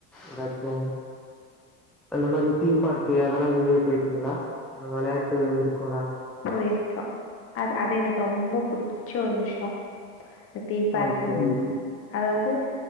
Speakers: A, in the centre; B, on the left (about 30°).
A: ஏதாச்சு அந்த மாதிரி தீம் பார்க்கு அதெல்லா கீதவே போயிருக்கீங்களா விளையாட்டு இருக்குலா
B: போயிருக்கோ ஆ அது அது எனக்கு ரொம்ப புடிச்ச ஒரு விஷ்யோ தீம் பார்க்
A: ஓகே
B: அதாவது